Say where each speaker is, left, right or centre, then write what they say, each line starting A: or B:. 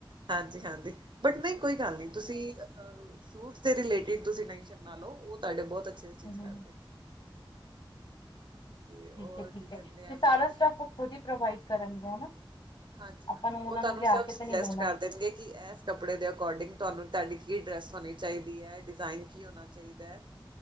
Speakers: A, on the right; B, on the left.
A: ਹਾਂਜੀ, ਹਾਂਜੀ ਬਟ ਨਈ ਕੋਈ ਗੱਲ ਨੀ, ਤੁਸੀ ਅ ਸੂਟਸ ਰਿਲੇਟਡ ਤੁਸੀ ਟੈਂਸਨ ਨਾ ਲਓ ਓ ਤਾਡੇ ਬੋਤ ਅੱਛੇ ਸਾਟੀਚ
B: ਹੂੰ
A: ਕਰਦੇ ਔਰ
B: ਠੀਕ ਐ, ਠੀਕ
A: ਕੀ ਕਹਿੰਦੇ
B: ਐ, ਤੇ
A: ਆ
B: ਸਾਰਾ
A: ਵਿਆਹ ਦੀਆਂ
B: ਸਟਫ ਓ ਖੁਦ ਹੀ ਪ੍ਰੋਵਾਈਡ ਕਰਨਗੇ ਹਨਾ
A: ਹਾਂਜੀ,
B: ਆਪਾਂ
A: ਹਾਂਜੀ
B: ਨੂੰ ਉਹਨਾਂ
A: ਓ ਤਾਨੂੰ
B: ਨੂੰ ਲਿਆ
A: ਸਭ
B: ਕੇ
A: ਸੁਜੈਸਟ
B: ਤੇ ਨੀ ਦੇਣਾ
A: ਕਰ ਦੇਨਗੇ ਕਿ ਐਸ ਕੱਪੜੇ ਦੇ ਅਕੋਡਿੰਗ ਤੋਆਨੂੰ ਤੈਡੀ ਕੀ ਡਰੈੱਸ ਹੋਣੀ ਚਾਹੀਦੀ ਹੈ ਡਿਜ਼ਾਇਨ ਕੀ ਹੋਣਾ ਚਾਹੀਦਾ ਹੈ